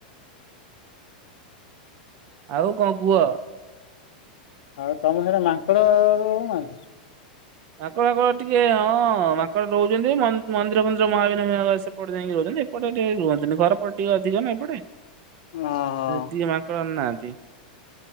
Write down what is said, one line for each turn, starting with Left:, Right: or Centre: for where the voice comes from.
Right: ଆଉ କଣ କୁହ?
Left: ଆଉ ତମ ସିଆଡେ ମାଙ୍କଡ ରହୁ ନାହାନ୍ତି?
Right: ମାଙ୍କଡ଼ଙ୍କଡ଼ ଟିକେ ହଁ ମାଙ୍କଡ ରହୁଛନ୍ତି ମନ୍ଦିର ମନ୍ଦିର ମହାବିନାୟକ ଏପଟେ ଯାଇକି ରହଛନ୍ତି ଏପଟେ ଟିକେ ରୁହନ୍ତିନି ଘର ପଟ ଟିକେ ଅଧିକ ନା ଏପଟେ।
Left: ଓହୋ।
Right: ଟିକେ ମା କରି ନାହାନ୍ତି।